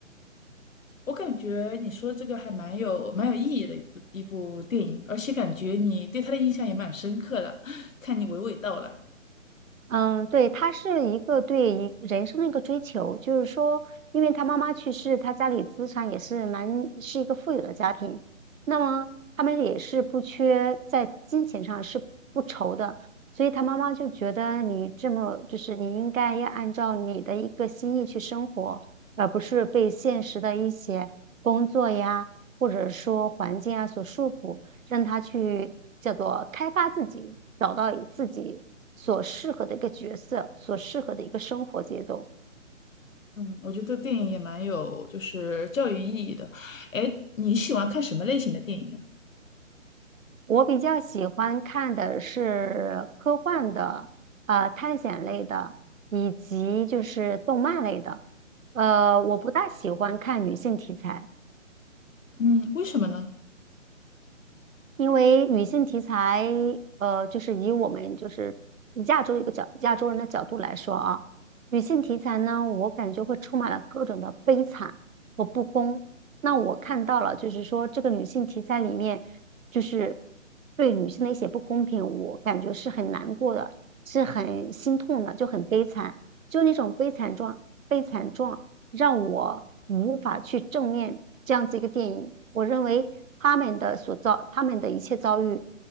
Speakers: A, on the left; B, on the right.
A: 我感觉你说这个还蛮有蛮有意义的一部一部电影，而且感觉你对他的印象也蛮深刻的，<laughs> 看你娓娓道来。
B: 嗯，对，他是一个对一人生的一个追求，就是说，因为他妈妈去世，他家里资产也是蛮是一个富有的家庭，那么他们也是不缺在金钱上是不愁的，所以他妈妈就觉得你这么就是你应该要按照你的一个心意去生活，而不是被现实的一些工作呀，或者说环境啊所束缚。让他去叫做开发自己，找到自己所适合的一个角色，所适合的一个生活节奏。
A: 嗯，我觉得电影也蛮有就是教育意义的。哎，你喜欢看什么类型的电影啊？
B: 我比较喜欢看的是科幻的、呃探险类的，以及就是动漫类的。呃，我不大喜欢看女性题材。
A: 嗯，为什么呢？
B: 因为女性题材，呃，就是以我们就是亚洲一个角亚洲人的角度来说啊，女性题材呢，我感觉会充满了各种的悲惨和不公。那我看到了，就是说这个女性题材里面，就是对女性的一些不公平，我感觉是很难过的，是很心痛的，就很悲惨，就那种悲惨状悲惨状。让我无法去正面这样子一个电影。我认为他们的所遭，他们的一切遭遇，